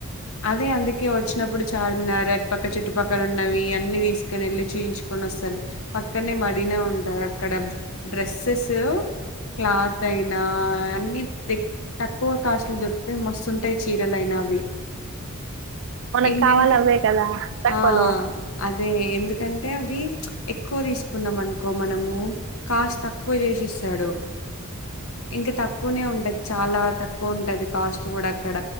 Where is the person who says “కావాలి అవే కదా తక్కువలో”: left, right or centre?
Right